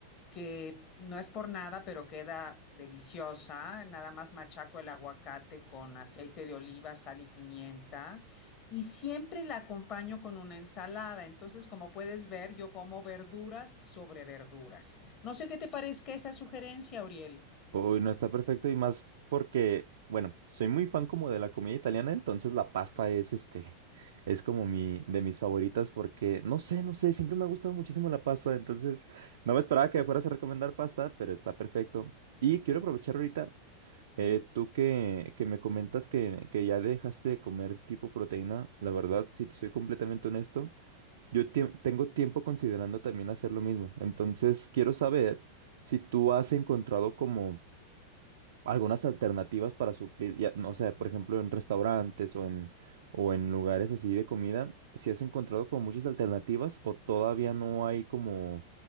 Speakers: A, on the left; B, on the right.
A: que no es por nada, pero queda deliciosa. Nada más machaco el aguacate con aceite de oliva, sal y pimienta. Y siempre la acompaño con una ensalada. Entonces, como puedes ver, yo como verduras sobre verduras. No sé qué te parezca esa sugerencia, Auriel.
B: Uy, no está perfecto y más porque, bueno, soy muy fan como de la comida italiana, entonces la pasta es este, es como mi, de mis favoritas porque, no sé, no sé, siempre me ha gustado muchísimo la pasta, entonces no me esperaba que me fueras a recomendar pasta, pero está perfecto. Y quiero aprovechar ahorita,
A: ¿Sí?
B: eh, tú que, que me comentas que, que ya dejaste de comer tipo proteína, la verdad, si te soy completamente honesto. Yo tiem- tengo tiempo considerando también hacer lo mismo. Entonces, quiero saber si tú has encontrado como algunas alternativas para suplir, ya, no sé, por ejemplo, en restaurantes o en, o en lugares así de comida, si has encontrado como muchas alternativas o todavía no hay como,